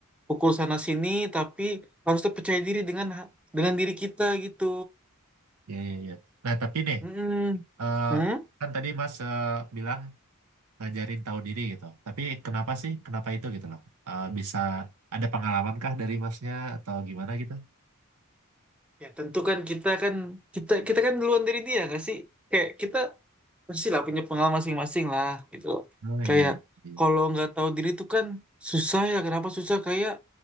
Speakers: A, in the centre; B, on the right.
A: pukul sana sini tapi harus tetap percaya diri dengan ha- dengan diri kita gitu.
B: ya, ya, ya. Nah, tapi nih,
A: Mm-mm.
B: eh,
A: Hmm?
B: kan tadi mas eh, bilang ngajarin tahu diri gitu. Tapi kenapa sih? Kenapa itu gitu loh? Eh, bisa ada pengalaman kah dari masnya atau gimana gitu?
A: Ya tentu kan kita kan kita kita kan duluan dari dia nggak sih? Kayak kita pasti lah punya pengalaman masing-masing lah gitu loh.
B: Oh iya,
A: Kayak
B: iya. iya.
A: kalau nggak tahu diri tuh kan susah ya. Kenapa susah? Kayak